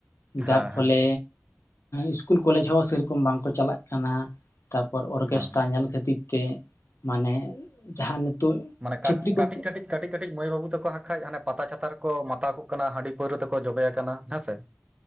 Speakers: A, on the left; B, on the right.
A: ᱡᱟᱨ
B: ᱦᱮᱸ
A: ᱯᱷᱚᱞᱮ
B: ᱦᱮᱸ
A: ᱤᱥᱠᱩᱞ ᱠᱚᱞᱮᱡᱽ ᱦᱚᱸ ᱥᱮ ᱨᱚᱠᱚᱢ ᱵᱟᱝᱠᱚ ᱪᱟᱞᱟᱜ ᱠᱟᱱᱟ᱾ ᱛᱟᱯᱚᱨ ᱚᱨᱜᱮᱥᱴᱨᱟᱨ
B: ᱦᱮᱸ
A: ᱧᱮᱞ ᱠᱷᱟᱹᱛᱤᱨ ᱛᱮ ᱢᱟᱱᱮᱼᱼ ᱡᱟᱦᱟᱸ ᱱᱤᱛᱚᱜ
B: ᱢᱟᱱᱮ
A: ᱪᱷᱟᱹᱯᱲᱤ ᱠᱚ
B: ᱠᱟᱹᱴᱤᱡ ᱠᱟᱹᱴᱤᱡ ᱠᱟᱹᱴᱤᱡ ᱠᱟᱹᱴᱤᱡ ᱢᱟᱹᱭ ᱵᱟᱹᱵᱩ ᱛᱟᱠᱚ ᱦᱟᱡᱠᱷᱟᱱ ᱦᱟᱱᱮ ᱯᱟᱛᱟ ᱪᱷᱟᱛᱟ ᱨᱮᱠᱚ ᱢᱟᱛᱟᱣ ᱠᱚᱜ ᱠᱟᱱᱟ ᱦᱟᱹᱰᱤ ᱯᱟᱹᱣᱨᱟᱹ ᱛᱮᱠᱚ ᱡᱚᱵᱮ ᱟᱠᱟᱱᱟ ᱦᱮᱸ ᱥᱮ᱾